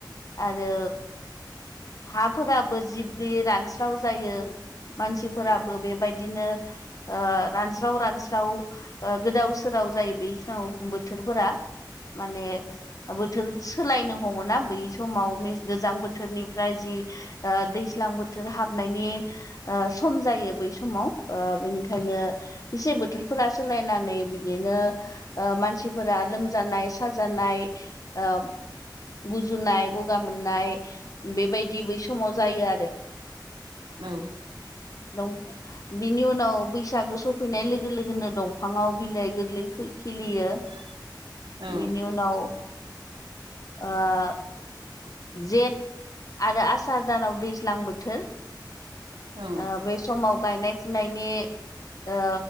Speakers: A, on the left (about 45°); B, on the right (about 75°).
A: आरो हाफोराबो जिब गैयै रानस्राव जायो मानसिफोराबो बेबाय दिनो ओ रानस्राव रानस्राव ओ गोदाव सोराव जायो बेखि बोथोरफोरा माने बोथोर सोलायनो हमो ना बै समाव गोजां बोथोरनिफ्राय जि ओ दैज्लां बोथोर हाबनायनि ओ सम जायो बै सम माव ओ बेनिखायनो एसे बोथोरफोरा सोलायनानै बिदिनो ओ मानसिफोरा लोमजानाय साजानाय ओ गुजुनाय गगा मोननाय बेबाय बिदि बै समाव जायो आरो
B: औ
A: नों बिनि उनाव बैसागो सफैनाय लोगो लोगोनो दंफाङाव बिलाइ गोरलै खिलियो
B: <inaudible> औ
A: बिनि उनाव आ जेठ आरो आसार दानाव दैज्लां बोथोर
B: औ औ
A: ओ बे समाव गायनाय-फुनायनि ओ